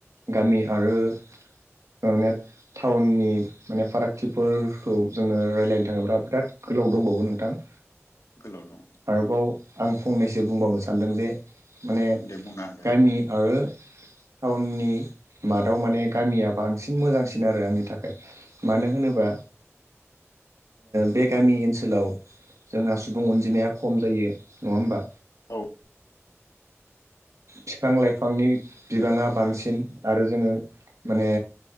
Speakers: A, on the right; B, on the left.
A: गामि आरो <unintelligible> टाउननि माने फारागथिफोरखौ जोङो रायज्लायनो थाङोब्ला बिराद गोलाव दंबावो नोंथां
B: गोलाव दं
A: आरोबाव आं फंनैसो बुंबावनो सानदों जे माने
B: दे बुंना
A: गामि आरो टाउननि मादाव माने गामिया बांसिन मोजांसिन आरो आंनि थाखाय मानो होनोबा बे गामि ओनसो सोलाव जोंहा सुबुं अनजिमाया खम जायो नङा होमबा
B: औ
A: बिफां लाइफांनि बिबाङा बांसिन आरो जोङो माने